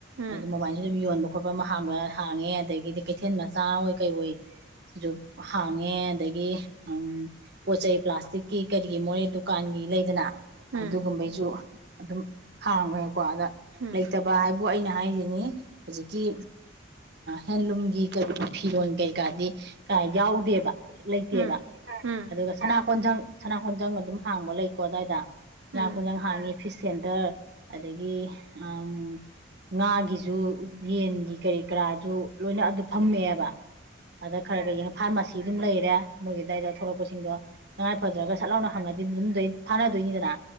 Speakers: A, on the right; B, on the right.
A: ꯎꯝ
B: ꯃꯣꯕꯥ ꯍꯟꯕ ꯈꯣꯠꯄ ꯑꯃ ꯍꯥꯡꯕ ꯍꯥꯡꯉꯦ ꯑꯗꯒꯤꯗꯤ ꯀꯩꯊꯦꯜ ꯃꯆꯥ ꯍꯣꯏ ꯀꯩ ꯍꯁꯨ ꯍꯥꯡꯉꯦ ꯑꯗꯒꯤ ꯎꯝ ꯄꯣꯠ ꯆꯩ ꯄ꯭ꯂꯥꯁꯇꯤꯛꯀꯤ ꯀꯔꯤꯒꯤ ꯃꯣꯔꯦ ꯗꯨꯀꯥꯟꯒꯤ ꯂꯩꯗꯅ
A: ꯎꯝ
B: ꯑꯗꯨꯒꯨꯝꯕꯩꯁꯨ ꯑꯗꯨꯝ ꯍꯥꯡꯉꯦꯀꯣ ꯑꯗ
A: ꯎꯝ
B: ꯂꯩꯇꯕ ꯍꯥꯏꯕꯨ ꯑꯩꯅ ꯍꯥꯏꯁꯤꯅꯤ ꯍꯧꯖꯤꯛꯀꯤ ꯍꯦꯟꯂꯨꯝꯒꯤ ꯀ ꯐꯤꯔꯣꯜ ꯀꯩꯀꯥꯗꯤ ꯀꯌꯥ ꯌꯥꯎꯗꯦꯕ ꯂꯩꯇꯦꯕ
A: ꯎꯝ ꯎꯝ
B: ꯑꯗꯨꯒꯥꯏ ꯈꯣꯟꯖꯪ ꯁꯅꯥ ꯈꯣꯟꯖꯪ ꯑꯗꯨꯝ ꯍꯥꯡꯕ ꯂꯩꯀꯣ ꯑꯗꯨꯋꯥꯏꯗ ꯁꯅꯥ
A: ꯎꯝ
B: ꯈꯣꯟꯖꯪ ꯍꯥꯡꯉꯤ ꯐꯤꯁ ꯁꯦꯟꯇꯔ ꯑꯗꯒꯤ ꯎ ꯉꯥꯒꯤꯁꯨ ꯌꯦꯟꯒꯤ ꯀꯔꯤ ꯀꯔꯥꯗꯨ ꯂꯣꯏꯅ ꯑꯗꯨ ꯐꯝꯃꯛꯑꯦꯕ ꯑꯗ ꯈꯔ ꯀꯩꯡ ꯐꯥꯔꯃꯥꯁꯤ ꯑꯗꯨꯝ ꯂꯩꯔꯦ ꯃꯣꯏꯒꯤ ꯑꯗꯨꯗꯥꯋꯥꯏꯗ ꯊꯂꯛꯄꯁꯤꯡꯗꯣ ꯇꯉꯥꯏ ꯐꯗ꯭ꯔꯒ ꯆꯠ ꯂꯥꯎꯅ ꯍꯪꯉꯗꯤ ꯑꯗꯨꯨꯝꯗꯣꯏ ꯐꯥꯅꯗꯣꯏꯅꯤꯗꯅ